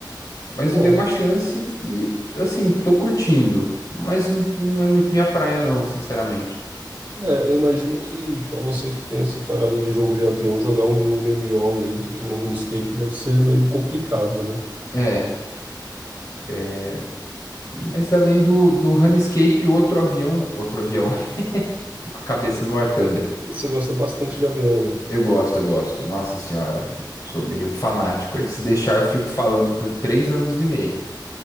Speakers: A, on the left; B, on the right.
A: Mas
B: Uau.
A: eu dei uma chance e, assim, tô curtindo, mas n- não é muito minha praia não, sinceramente.
B: É, eu imagino que, pra você que tem essa parada do jogo de avião, jogar um MMO lento que nem o RuneScape deve ser meio complicado, né?
A: É. é. Mas além do, do Runescape, outro avião. Outro avião. <laughs> Tô com a cabeça no War Thunder.
B: É, você gosta bastante de avião, né?
A: Eu gosto, eu gosto. Nossa senhora, eu sou meio fanático aí. Se deixar, eu fico falando por três anos e meio.